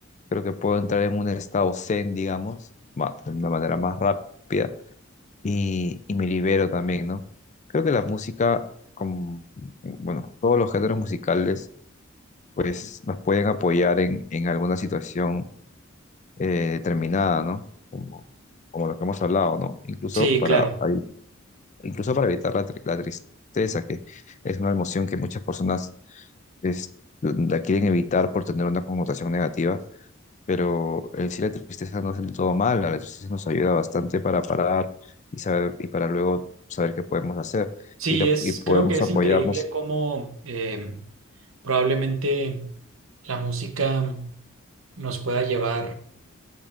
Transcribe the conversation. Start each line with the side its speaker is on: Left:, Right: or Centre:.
Left: creo que puedo entrar en un estado zen, digamos, ma- de una manera más rápida y, y me libero también, ¿no? Creo que la música, como, bueno, todos los géneros musicales, pues nos pueden apoyar en, en alguna situación eh, determinada, ¿no? Como, como lo que hemos hablado, ¿no? Incluso
Right: Sí,
Left: para,
Right: claro.
Left: ahí- incluso para evitar la, tri- la tristeza, que es una emoción que muchas personas es- la quieren evitar por tener una connotación negativa pero en sí la tristeza no es del todo mala, la tristeza nos ayuda bastante para parar y saber, y para luego saber qué podemos hacer
Right: Sí,
Left: y, la-
Right: es,
Left: y podemos
Right: creo que es
Left: apoyarnos.
Right: increíble cómo em, probablemente la música nos pueda llevar